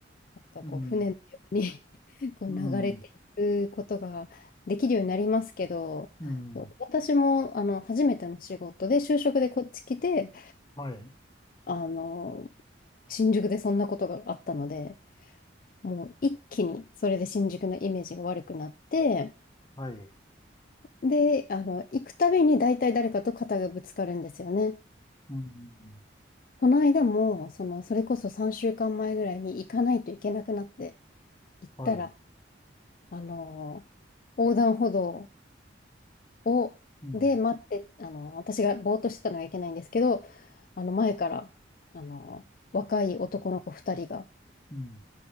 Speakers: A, on the left; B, on the left.
A: う、なんかこう、
B: うん、
A: 船のように <laughs> こう流れてい
B: うん、
A: くことができるようになりますけど、
B: うん、
A: そう、私も、あの、初めての仕事で、就職でこっち来て、
B: はい、
A: あの、新宿でそんなことがあったので、もう一気にそれで新宿のイメージが悪くなって、
B: はい、
A: で、あの、行くたびに大体誰かと肩がぶつかるんですよね。
B: うん、
A: この間も、その、それこそ3週間前ぐらいに行かないといけなくなって行ったら、
B: はい、
A: あの、横断歩道を、
B: うん、
A: で待って、あの、私がぼーっとしてたのがいけないんですけど、あの、前から、あの、若い男の子2人が、
B: うん、